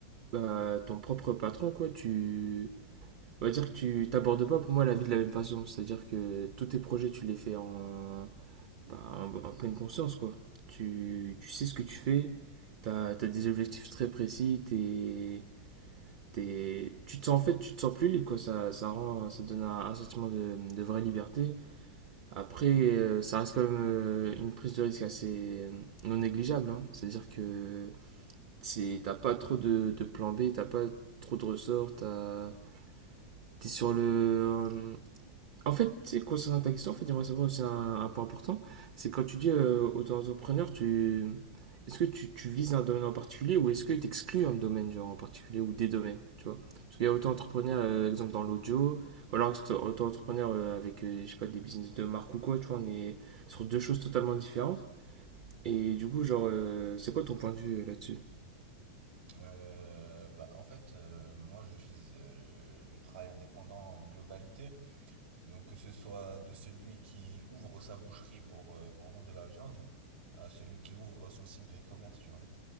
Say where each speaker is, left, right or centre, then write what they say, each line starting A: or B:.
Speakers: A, on the right; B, on the right.
A: bah, ton propre patron, quoi, tu... On va dire que tu t'abordes pas pour moi la vie de la même façon. C'est-à-dire que tous tes projets, tu les fais en bah, en, pleine conscience, quoi. Tu, tu sais ce que tu fais, t'as t'as des objectifs très précis, t'es, t'es- tu te sens en fait, tu te sens plus libre, quoi. Ça, ça, rend, ça donne un, un sentiment de, de vraie liberté. Après, euh, ça reste quand même euh, une prise de risque assez euh, non négligeable. hein. C'est-à-dire que c'est- t'as pas trop de, de plan B, t'as pas trop de ressorts, t'as- t'es sur le, en fait, tu sais, concernant ta question, en fait, j'aimerais savoir aussi un, un point important. C'est quand tu dis euh, auto-entrepreneur, tu... est-ce que tu, tu vises un domaine en particulier ou est-ce que tu exclus un domaine genre en particulier ou des domaines, tu vois? Parce qu'il y a auto-entrepreneur, euh, exemple, dans l'audio, ou alors c'est auto-entrepreneur euh, avec, euh, je sais pas, des business de marque ou quoi, tu vois, on est sur deux choses totalement différentes. Et du coup, genre, euh, c'est quoi ton point de vue euh, là-dessus?
B: Euh, bah, en fait, euh, moi je vise euh, le travail indépendant en globalité. Donc que ce soit de celui qui ouvre sa boucherie pour, euh, pour vendre de la viande à celui qui ouvre son site de e-commerce, tu vois.